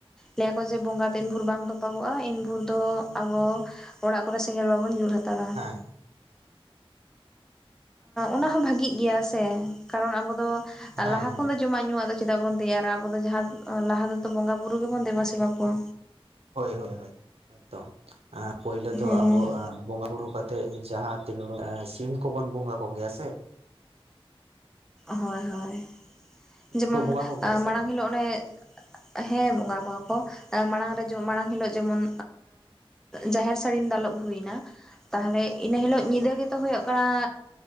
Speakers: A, in the centre; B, on the right.
A: ᱞᱟᱹᱭᱟ ᱠᱚ ᱡᱮ ᱵᱚᱸᱜᱟ ᱛᱤᱱ ᱵᱷᱩᱨ ᱵᱟᱝ ᱛᱚᱯᱟᱜᱚᱜᱼᱟ ᱤᱱᱵᱷᱩᱨ ᱫᱚ ᱟᱵᱚ ᱚᱲᱟᱜ ᱠᱚᱨᱮ ᱥᱮᱸᱜᱮᱞ ᱵᱟᱵᱚᱱ ᱡᱳᱞ ᱦᱟᱛᱟᱲᱟ
B: ᱦᱮᱸ
A: ᱚᱱᱟ ᱦᱚᱸ ᱵᱷᱟᱜᱤᱜ ᱜᱮᱭᱟ ᱥᱮ ᱠᱟᱨᱚᱱ ᱟᱵᱚ ᱫᱚ
B: ᱦᱮᱸ
A: ᱞᱟᱦᱟ ᱠᱷᱚᱱ ᱫᱚ ᱡᱚᱢᱟᱜ ᱧᱩᱣᱟᱜ ᱫᱚ ᱪᱮᱫᱟᱜ ᱵᱚᱱ ᱛᱮᱭᱟᱨᱟ ᱟᱵᱚ ᱫᱚ ᱡᱟᱦᱟᱸ ᱞᱟᱦᱟ ᱫᱚᱛᱚ ᱵᱚᱸᱜᱟ ᱵᱩᱨᱩ ᱜᱮᱵᱚᱱ ᱫᱮᱵᱟ ᱥᱮᱵᱟ ᱠᱚᱣᱟ
B: ᱦᱳᱭ ᱦᱳᱭ ᱦᱳᱭ ᱮᱠᱫᱚᱢ ᱯᱩᱹᱭᱞᱚᱹ ᱫᱚ
A: ᱦᱮᱸ
B: ᱟᱵᱚ ᱵᱚᱸᱜᱟ ᱵᱩᱨᱩ ᱠᱟᱛᱮᱜ ᱡᱟᱦᱟᱸ ᱛᱤᱱᱩ ᱰᱟᱹᱝ ᱥᱤᱢ ᱠᱚᱵᱚᱱ ᱵᱚᱸᱜᱟ ᱠᱚ ᱜᱮᱭᱟ ᱥᱮ
A: ᱦᱚᱭ ᱦᱚᱭ
B: ᱥᱤᱢ
A: ᱡᱮᱢᱚᱱ
B: ᱠᱚ ᱵᱚᱸᱜᱟ ᱠᱚᱜᱮᱭᱟ ᱥᱮ
A: ᱢᱟᱲᱟᱝ
B: ᱵᱟᱝ
A: ᱦᱤᱞᱚᱜ ᱚᱱᱮ ᱦᱮᱸ ᱵᱚᱸᱜᱟ ᱠᱚᱣᱟ ᱠᱚ ᱢᱟᱲᱟᱝ ᱨᱮ ᱡᱚ ᱢᱟᱲᱟᱝ ᱦᱤᱞᱚᱜ ᱡᱮᱢᱚᱱ ᱡᱟᱦᱮᱨ ᱥᱟᱹᱲᱤᱢ ᱫᱟᱞᱚᱵ ᱦᱩᱭ ᱱᱟ ᱛᱟᱦᱚᱞᱮ ᱤᱱᱟᱹ ᱦᱤᱞᱚᱜ ᱧᱤᱫᱟᱹ ᱜᱮᱛᱚ ᱦᱚᱭᱚᱜ ᱠᱟᱱᱟ